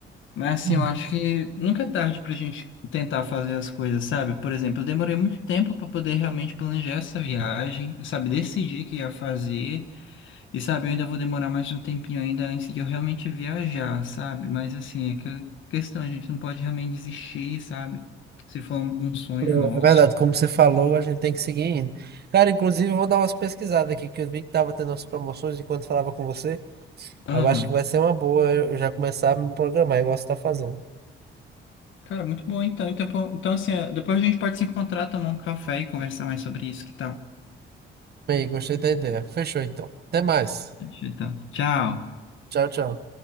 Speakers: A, on the left; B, on the right.
A: Mas assim,
B: Hum.
A: eu acho que nunca é tarde pra gente tentar fazer as coisas, sabe? Por exemplo, eu demorei muito tempo pra poder realmente planejar essa viagem, sabe? Decidir que ia fazer, e sabe, eu ainda vou demorar mais um tempinho ainda antes de eu realmente viajar, sabe? Mas assim, é que questão, a gente não pode realmente desistir, sabe? Se for um um sonho
B: Não,
A: nosso.
B: É verdade, como você falou, a gente tem que seguir indo. Cara, inclusive, eu vou dar umas pesquisadas aqui, que eu vi que tava tendo as promoções enquanto falava com você.
A: Ah,
B: Eu acho que vai ser uma boa eu já começar a me programar igual você está fazendo.
A: cara, muito bom então. Então, pô, então assim, é, depois a gente pode se encontrar, tomar um café e conversar mais sobre isso, que tal?
B: Bem, gostei da ideia. Fechou então. Até mais.
A: Então, tchau.
B: Tchau, tchau.